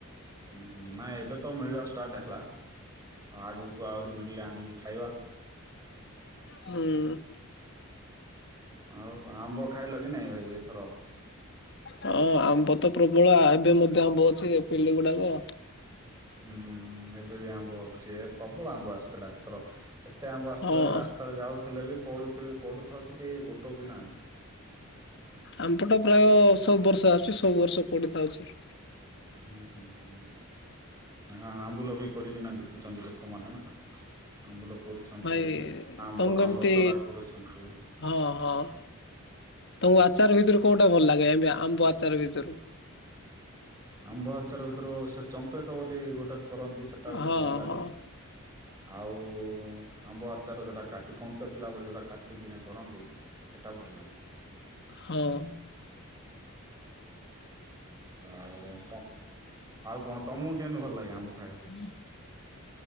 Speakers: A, on the right (about 15°); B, on the left (about 50°).
A: ହୁଁ ହୁଁ। ନାଇଁ ଏବେ ତ ମିଳିବା ଷ୍ଟାର୍ଟ ହେଲା, ଆଗକୁ ଆହୁରି ମିଳିଲେ ଆଣିକି ଖାଇବା।
B: ହୁଁ।
A: ଆଉ ଆମ୍ବ ଖାଇଲ କି ନାଇଁ ଭାଇ ଏଥର।
B: ହଁ ଆମ୍ବ ତ ପ୍ରବଳ ଆ ଏବେ ମଧ୍ୟ ଆମ୍ବ ଅଛି ଫିଲ୍ଡ ଗୁଡାକ।
A: ହୁଁ ଏବେ ବି ଆମ୍ବ ଅଛି ଏ ପ୍ରବଳ ଆମ୍ବ ଆସିଥିଲା ଏଥର। ଏତେ ଆମ୍ବ ଆସିଥିଲା
B: ହଁ
A: ଯେ ରାସ୍ତାରେ ଯାଉଥିଲେ ବି ପଡୁଥିବ ପଡୁଥାଉଛି କେହି ଗୋଟୋଉ ବି ନାହାନ୍ତି।
B: ଆମ ପଟେ ପ୍ରାୟ ସବୁ ବର୍ଷ ଆସୁଚି ସବୁ ବର୍ଷ ପଡିଥାଉଛି।
A: ହୁଁ ହୁଁ ହୁଁ। ଏଁ ଆଁ ଆମ୍ବୁଲ ବି କରିକିନା ବିକୁଛନ୍ତି ଲୋକମାନେ ନା। ଆମ୍ବୁଲ କରୁଛନ୍ତି
B: ଭାଇ
A: ଆମ୍ବ
B: ତମକୁ ଏମିତି
A: ଆମ୍ବସରା କରୁଛନ୍ତି।
B: ହଁ ହଁ ତମୁକୁ ଆଚାର ଭିତୁରୁ କୋଉଟା ଭଲ ଲାଗେ ଏମତି ଆମ୍ବ ଆଚାର ଭିତୁରୁ।
A: ଆମ୍ବ ଆଚାର ଭିତୁରୁ ସେ ଚମ୍ପେଇତେ ବୋଲି ଗୋଟେ କରନ୍ତି ସେଟା ଗୋଟେ
B: ହଁ
A: ଭଲ ଲାଗେ।
B: ହଁ
A: ଆଉ ଉଁ ଆମ୍ବ ଆଚାର ଯୋଉଟା କାଟି କଞ୍ଚା ଥିଲାବେଳେ ଯୋଉଟା କାଟିକିନା କରନ୍ତି ସେଟା ଭଲ ଲାଗେ ହୁଁ।
B: ହଁ
A: ଆଉ କଁ ଆଉ କଣ ତମୁକୁ କେନ୍ତି ଭଲ ଲାଗେ ଆମ୍ବ ଖାଇଆକୁ।
B: ହୁଁ